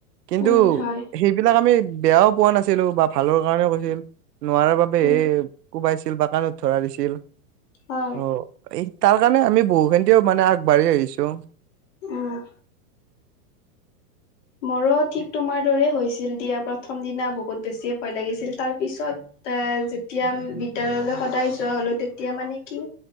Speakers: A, on the right (about 85°); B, on the left (about 50°).
A: কিন্তু
B: উম হয়
A: সেইবিলাক আমি বেয়াও পোৱা নাছিলোঁ বা ভালৰ কাৰণেও কৈছিল। নোৱাৰাৰ বাবেহে
B: উম
A: কোবাইছিল বা কানত ধৰা দিছিল
B: হয়
A: অ এই তাৰ কাৰণে আমি বহু খিনিও মানে আগবাঢ়ি আহিছোঁ।
B: উম! মোৰো ঠিক তোমাৰ দৰে হৈছিল দিয়া প্ৰথম দিনা বহুত বেছিয়ে ভয় লাগিছিল তাৰ পিছত। এ যেতিয়া বিদ্যালয়লৈ সদায় যোৱা হলো তেতিয়া মানে কি